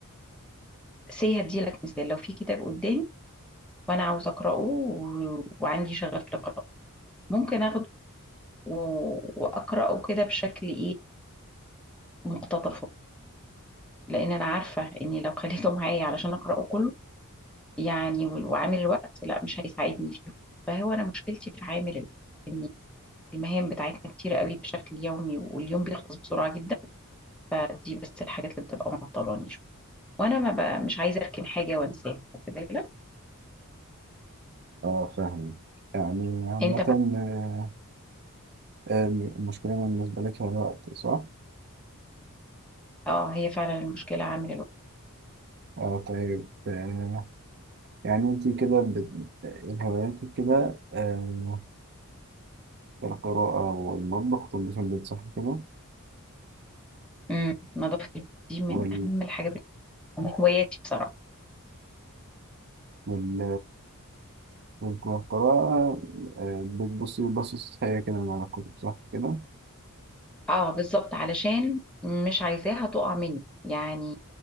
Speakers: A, in the centre; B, on the right.
A: سي هديلك مثال لو في كتاب قدامي وأنا عاوز أقرأه و- وعندي شغف لقراءته ممكن أخده و- واقراه كده بشكل ايه مقتطف لان انا عارفه اني لو خليته معايا علشان اقراه كله يعني وال- وعامل الوقت لا مش هيساعدني فيه فهو انا مشكلتي في عامل الوقت ان المهام بتاعتنا كتير قوي بشكل يومي واليوم بيخلص بسرعه جدا دي بس الحاجات اللي بتبقى معطلاني شويه وانا ما بقى مش عايزه اركن حاجه وانساها واخد بالك؟
B: اه فاهم يعني عامة
A: انت بقى
B: آه، آه، المشكلة بالنسبة لك هي الوقت صح؟
A: اه هي فعلا المشكله عامل الوقت
B: اه طيب آه، يعني انت كده بت... إيه هواياتك كده آه، القراءة والمطبخ تنظيف البيت صح كده؟
A: امم نظافه البيت دي من
B: وال...
A: اهم الحاجات من هواياتي بصراحه
B: وال... والقراءة آه، بتبصي بصص هي كده من على الكتب صح كده؟
A: اه بالظبط علشان مش عايزاها تقع مني يعني